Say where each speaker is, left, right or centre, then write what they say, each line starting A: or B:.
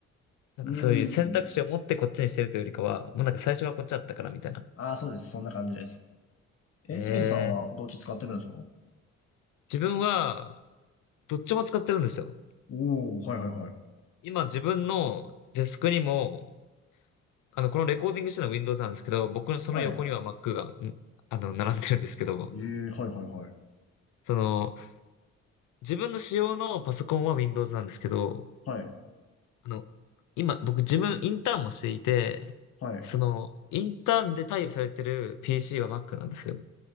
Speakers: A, on the left (about 85°); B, on the left (about 50°).
A: なんかそういう選択肢を持ってこっちにしてるというよりかは、
B: うん。
A: もうなんか最初はこっちだったからみたいな。
B: ああ、そうです。そんな感じです。え、
A: えー、
B: せいじさんはどっち使ってるんですか
A: 自分はどっちも使ってるんですよ。
B: おお、はいはいはい。
A: 今自分のデスクにも、あの、このレコーディングしてるのは Windows なんですけど、僕のその横には
B: はい。
A: Mac が、んあの、並んでるんですけど、
B: ええ、はいはいはい。
A: その、自分の使用のパソコンは Windows なんですけど、
B: はい。
A: あの、今、僕自分インターンもしていて、
B: はい。
A: その、インターンで貸与されてる PC は Mac なんですよ。